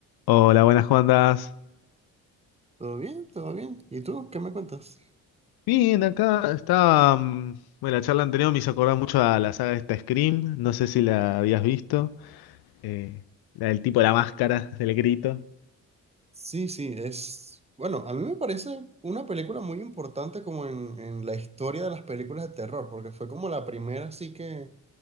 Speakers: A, on the left; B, on the right.
A: Hola, buenas, ¿cómo andás?
B: Todo bien, todo bien. ¿Y tú qué me cuentas?
A: Bien, acá está. mm, bueno, la charla anterior me hizo acordar mucho a la saga de esta Scream. No sé si la habías visto. eh, la del tipo de la máscara, del grito.
B: Sí, sí, es... Bueno, a mí me parece una película muy importante como en, en la historia de las películas de terror, porque fue como la primera así que,